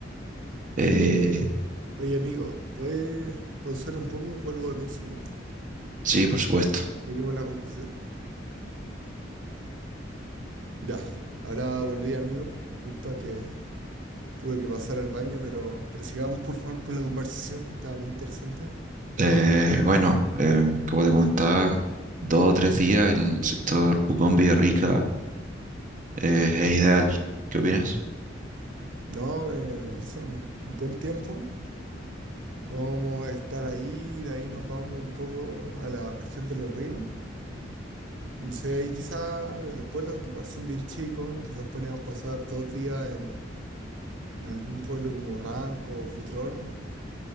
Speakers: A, on the right (about 45°); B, on the right (about 85°).
A: Eh,
B: Oye, amigo, ¿puedes pausar un poco? Vuelvo en un segundo.
A: sí, por supuesto.
B: Y Seguimos la conversación. Ya, ahora volví, amigo. Disculpa que tuve que pasar al baño, pero, pero sigamos por favor con la conversación que estaba muy interesante.
A: Eh, bueno, em, como te comentaba, dos o tres días en el sector Pucón Villarrica eh, es ideal. ¿Qué opinas?
B: No, me pareció un, un buen tiempo. Podemos estar ahí, de ahí nos vamos un poco a la región de los ríos. No sé, ahí quizás los pueblos igual son bien chicos, quizás podríamos pasar dos días en, en algún pueblo como Ranco o Futrono